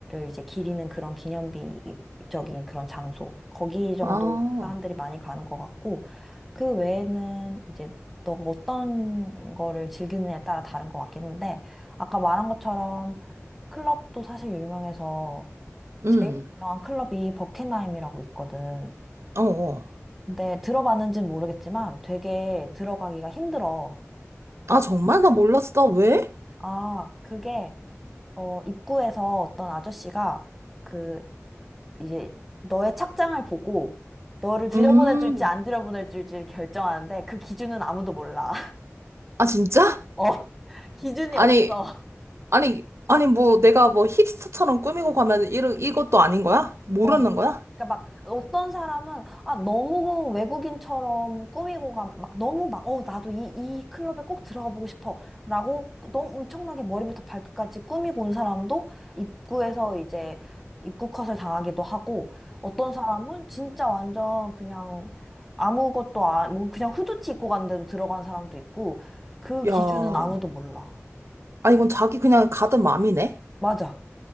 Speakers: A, in the centre; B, on the right (about 60°).
A: 이제 기리는 그런 기념비적인 그런 장소. 거기 정도
B: 아,
A: 사람들이 많이 가는 것 같고, 그 외에는 이제 너가 어떤 거를 즐기느냐에 따라 다른 것 같긴 한데, 아까 말한 것처럼 클럽도 사실 유명해서
B: 음,
A: 제일 유명한 클럽이 버켄하임이라고 있거든.
B: 어, 어.
A: 근데 들어봤는지는 모르겠지만 되게 들어가기가 힘들어.
B: 아, 정말? 나 몰랐어. 왜?
A: 아, 그게 어, 입구에서 어떤 아저씨가 그 이제 너의 착장을 보고 너를 들여보내
B: 음,
A: 줄지 안 들여보내 줄지를 결정하는데 그 기준은 아무도 몰라.
B: 아, 진짜?
A: <laughs> 어, 기준이
B: 아니,
A: 없어.
B: 아니, 아니, 뭐, 내가 뭐 힙스터처럼 꾸미고 가면 이런, 이것도 아닌 거야? 모르는
A: 어.
B: 거야?
A: 그러니까 막 어떤 사람은 아 너무 외국인처럼 꾸미고 가, 막 너무 막 어 나도 이 이 클럽에 꼭 들어가 보고 싶어라고 너무 엄청나게 머리부터 발끝까지 꾸미고 온 사람도 입구에서 이제 입구 컷을 당하기도 하고 어떤 사람은 진짜 완전 그냥 아무것도 안뭐 그냥 후드티 입고 갔는데도 들어간 사람도 있고 그
B: 야,
A: 기준은 아무도 몰라.
B: 아, 이건 자기 그냥 가든 맘이네?
A: 맞아.